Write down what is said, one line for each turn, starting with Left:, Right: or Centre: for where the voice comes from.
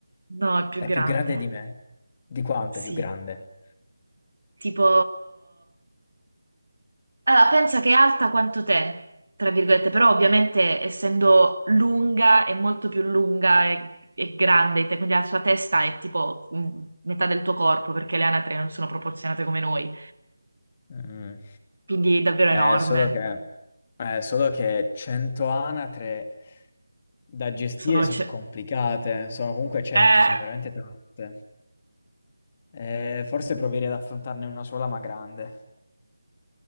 Right: no, è più
Left: È
Right: grande.
Left: più grande di me? Di quanto
Right: Sì,
Left: è più grande?
Right: tipo Allora, pensa che è alta quanto te, tra virgolette, però ovviamente essendo lunga è molto più lunga e, e grande di te, quindi la sua testa è tipo mh, metà del tuo corpo, perché le anatre non sono proporzionate come noi,
Left: Mm.
Right: quindi è davvero
Left: Eh,
Right: enorme.
Left: solo che, eh, solo che 100 anatre da gestire
Right: Sono...
Left: sono
Right: ce-
Left: complicate, sono comunque 100,
Right: Eh!
Left: sono veramente tante. Eh, forse proverei ad affrontarne una sola, ma grande.